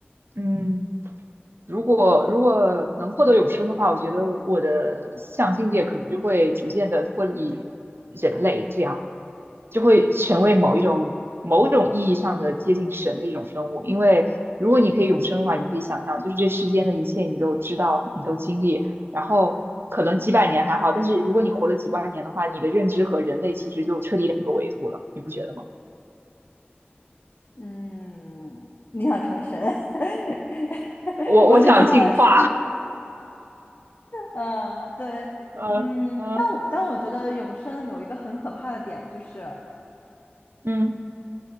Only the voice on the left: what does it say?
嗯，你想成神？<laughs>
我只听到了这，呃，对，
嗯，但我但我觉得永生有一个很可怕的点，就是。